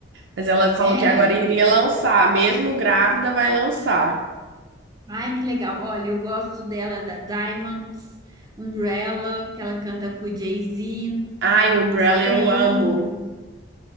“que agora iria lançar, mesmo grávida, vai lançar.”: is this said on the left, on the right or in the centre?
Right